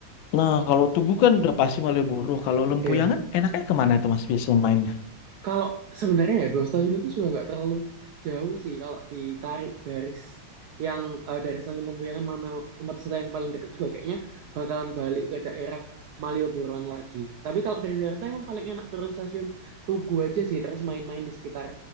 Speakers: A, on the left; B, on the right.
A: nah kalau Tugu kan udah pasti Malioboro. Kalau Lempuyangan
B: Iya.
A: enaknya kemana tuh Mas biasanya mainnya?
B: Kalau sebenarnya ya dua stasiun itu juga nggak terlalu jauh sih kalau ditarik garis yang eh, dari stasiun Lempuyangan mana tempat wisata yang paling dekat juga kayaknya bakalan balik ke daerah Malioboroan lagi. Tapi kalau dari Jakarta emang paling enak turun stasiun Tugu aja sih terus main-main di sekitar